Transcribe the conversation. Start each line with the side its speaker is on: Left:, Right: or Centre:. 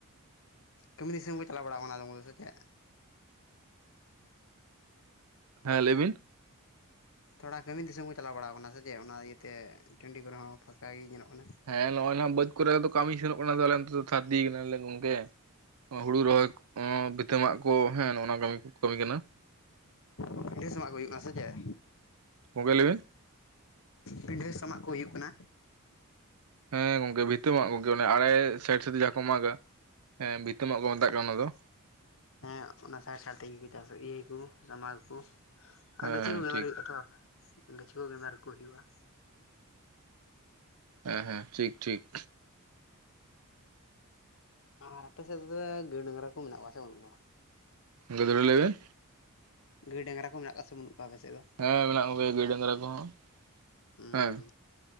Left: ᱠᱟᱹᱢᱤ ᱫᱤᱥᱚᱢ ᱠᱚ ᱪᱟᱞᱟᱣ ᱵᱟᱲᱟᱜ ᱚᱱᱟ ᱟᱫᱚᱢ ᱠᱚᱫᱚ ᱥᱮ ᱪᱮᱫ
Right: ᱦᱮᱸ ᱞᱟᱹᱭᱵᱤᱱ
Left: ᱛᱷᱚᱲᱟ ᱠᱟᱹᱢᱤ ᱫᱤᱥᱚᱢ ᱠᱚ ᱪᱟᱞᱟᱣ ᱵᱟᱲᱟ ᱟᱠᱟᱱᱟ ᱥᱮ ᱪᱮᱫ ᱚᱱᱟ ᱤᱭᱟᱹᱛᱮ ᱴᱟᱺᱰᱤ ᱠᱚᱨᱮ ᱦᱚᱸ ᱯᱷᱟᱠᱟ ᱜᱮ ᱧᱮᱞᱚᱜ ᱠᱟᱱᱟ
Right: ᱦᱮᱸ ᱱᱚᱜᱼᱚᱭ ᱱᱟ ᱵᱟᱹᱫ ᱠᱚᱨᱮ ᱫᱚ ᱠᱟᱹᱢᱤ ᱥᱮᱱᱚᱜ ᱠᱟᱱᱟ ᱛᱟᱞᱮ ᱚᱱᱛᱮ ᱫᱚ ᱠᱷᱟᱫᱤ ᱠᱟᱱᱟᱞᱮ ᱜᱚᱝᱠᱮ ᱦᱩᱲᱩ ᱨᱚᱦᱚᱭ ᱛᱟᱹᱟᱢᱟᱜ ᱠᱚ ᱦᱮᱸ ᱱᱚ ᱚᱱᱟ ᱠᱟᱹᱢᱤ ᱠᱚ ᱠᱟᱹᱢᱤ ᱠᱟᱱᱟ
Left: <unintelligible> ᱥᱟᱢᱟᱜ ᱠᱚ ᱦᱩᱭᱩᱜᱼᱟ ᱥᱮ ᱪᱮᱫ
Right: ᱜᱚᱢᱠᱮ ᱞᱟᱹᱭ ᱵᱤᱱ
Left: ᱯᱤᱰᱷᱟᱹ ᱥᱟᱢᱟᱜ ᱠᱚ ᱦᱩᱭᱩᱜ ᱠᱟᱱᱟ
Right: ᱦᱮᱸ ᱜᱚᱝᱠᱮ ᱵᱤᱛᱟᱹ ᱢᱟᱜ ᱜᱚᱝᱠᱮ ᱚᱱᱮ ᱟᱲᱟᱮ ᱥᱟᱭᱤᱴ ᱥᱟᱭᱤᱴ ᱛᱮ ᱡᱟᱦᱟᱸ ᱠᱚ ᱢᱟᱜᱟ ᱦᱮᱸ ᱵᱤᱛᱟᱹᱢᱟᱜ ᱠᱚ ᱢᱮᱛᱟᱜ ᱠᱟᱱᱟ ᱚᱱᱟ ᱫᱚ
Left: ᱦᱮᱸ ᱚᱱᱟ ᱥᱟᱨ ᱥᱟᱨ ᱛᱮᱜᱮ ᱠᱚ ᱪᱟᱥᱟ ᱤᱭᱟᱹᱠᱚ ᱡᱟᱢᱟᱠᱚ ᱟᱨ
Right: ᱦᱮᱸ
Left: ᱜᱟᱹᱪᱷᱤ ᱠᱚ ᱵᱮᱵᱚᱦᱟᱨ
Right: ᱴᱷᱤᱠ
Left: ᱦᱩᱭᱩᱜᱼᱟ ᱛᱚ ᱟᱨ ᱜᱟᱹᱪᱷᱤ ᱠᱚ ᱜᱮᱢᱮᱨᱠᱩ ᱦᱩᱭᱩᱜᱼᱟ
Right: ᱦᱮᱸ ᱦᱮᱸ ᱴᱷᱤᱠ ᱴᱷᱤᱠ
Left: ᱟᱨ ᱟᱯᱮ ᱥᱮᱫ ᱫᱚ ᱜᱟᱹᱭ ᱰᱟᱝᱜᱨᱟ ᱠᱚ ᱢᱮᱱᱟᱜ ᱠᱚᱣᱟ ᱥᱮ ᱵᱟᱹᱱᱩᱜ ᱠᱚᱣᱟ
Right: ᱡᱳᱨ ᱧᱚᱜ ᱞᱟᱹᱭ ᱵᱤᱱ
Left: ᱜᱟᱹᱭ ᱰᱟᱝᱜᱨᱟ ᱠᱚ ᱢᱮᱱᱟᱜ ᱠᱟᱫ ᱥᱮ ᱵᱟᱹᱱᱩᱜ ᱠᱚᱣᱟ ᱟᱯᱮ ᱥᱮᱫ ᱫᱚ
Right: ᱦᱮᱸ ᱢᱮᱱᱟᱜ ᱠᱚᱜᱮᱭᱟ ᱜᱟᱹᱭ ᱰᱟᱝᱜᱨᱟ ᱠᱚᱦᱚᱸ
Left: ᱦᱩᱸ
Right: ᱦᱮᱸ